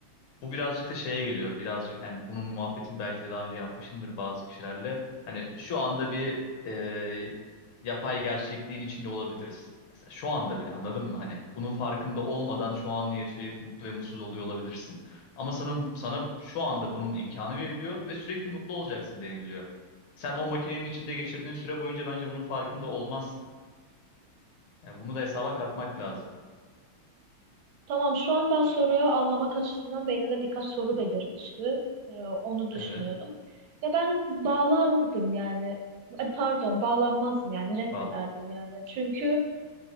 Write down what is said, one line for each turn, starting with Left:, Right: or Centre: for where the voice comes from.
Left: Bu birazcık da şeye geliyor. Birazcık yani bunun muhabbetini belki de daha önce yapmışımdır bazı kişilerle. Hani şu anda bir e, yapay gerçekliğin içinde olabiliriz. Mesela şu anda bile anladın mı? Hani bunun farkında olmadan şu anı yaşayıp mutlu ve mutsuz oluyor olabilirsin. Ama sana sana şu anda bunun imkanı veriliyor ve sürekli mutlu olacaksın deniliyor. Sen o makinenin içinde geçirdiğin süre boyunca bence bunun farkında olmazsın. Yani bunu da hesaba katmak lazım.
Right: Tamam, şu an ben soruyu anlamak açısından beynimde birkaç soru belirmişti. Ee, onu düşünüyordum.
Left: Evet.
Right: Ya ben bağlardım yani. Ay, Pardon, bağlanmazdım yani reddederdim
Left: Vallahi.
Right: yani. Çünkü